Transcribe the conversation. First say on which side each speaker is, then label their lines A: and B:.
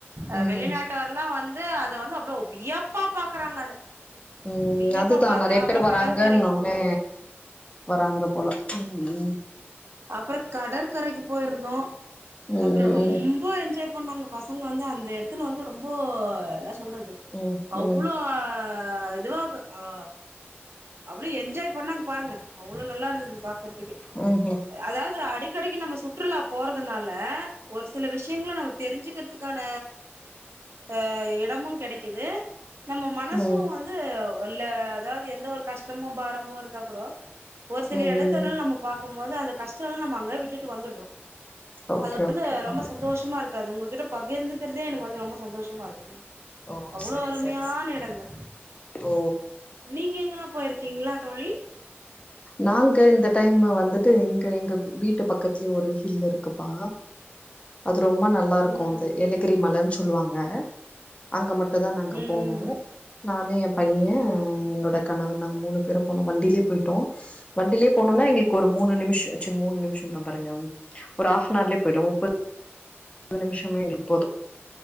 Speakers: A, on the right (about 70°); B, on the left (about 30°).
A: அ
B: ம்
A: வெளிநா ட்டார்லா வந்து அத வந்து அவ்ளோ வியப்பா பாக்குறாங்க அத
B: ம்
A: வியப்பா
B: அதுதா
A: பாத்தே
B: நெறைய
A: அப்றோ
B: பேர் வராங்கன்னோனே
A: கடற்கரைக்கு போ
B: வராங்க போல ம்
A: அப்றோ கடற்கரைக்கு போயிருந்தோ
B: ம்
A: அப்றோ ரொம்
B: ம்
A: ம்ப என்ஜாய் பண்ணாங்க பசங்க வந்து அந்த எடத்துல வந்து ரொம்போ எல்லா சொல்றது
B: ம்
A: அவ்ளோ
B: ம்
A: இதுவா அ அவ்ளோ என்ஜாய் பண்ணாங் பாருங்க அவ்ளோ நல்லாருந்தது பாக்றதுக்கே
B: ம் ஹூ
A: அதாவது அடிக்கடிக்கு நம்ம சுற்றுலா போறதுனால ஒரு சில விஷ்யங்ள நம்ம தெரிஞ்சுக்கிற துக்கான அ எடமு கெடைக்கிது நம்ம மனசு
B: ம்
A: வந் து ஒல்ல அதாவது எந்த ஒரு கஷ்டமு பாரமு இருந்தா கூட ஒரு சில
B: ம்
A: எடத்துலல நம்பப் பாக்குபோது அந்த கஷ்டல நம்ம அங்க விட்டுட்டு வந்துறோ
B: ஓகே
A: அது வந்து
B: ஓகே
A: ரொம்ப சந்தோஷமா இர்க் அது உங்ககிட்ட பகிர்ந்துக்கிறதே எனக்கு வந்து ரொம்ப சந்தோஷமாருக்குது
B: ஓ
A: அவ்ளோ
B: சரி
A: அருமையான
B: சரி சரி
A: எடங்கள்
B: ஓ
A: நீங்க எங்கனா போயிருக்கீங்ளா தோழி
B: நாங்க இந்த டைம்ம வந்துட்டு இங்க எங்க வீ வீட்டு பக்கத்துலயே ஒரு ஹில்லு இருக்குப்பா அது ரொம்ப நல்லாருக்கு
A: ம்
B: அது ஏலகிரி மலனு சொல்வாங்க அங்க மட்டு தா நாங்க
A: ம்
B: போனோ
A: ம் ம்
B: நானு ஏ பைய
A: ம்
B: என்னோட கணவர் நாங்க மூணு பேரு போனோ வண்டிலேயே போயிட் டோ வண்டிலே போனோனா எங்களுக்கு
A: ம்
B: ஒரு மூணு நிம்ஷ் ச்சி மூணு நிமிஷ்ஷோன்றே பாருங்க ஒரு ஆஃப் னார்லயே போய்டு முப்பது முப்பது நிம்ஷமே எங்களுக்கு போது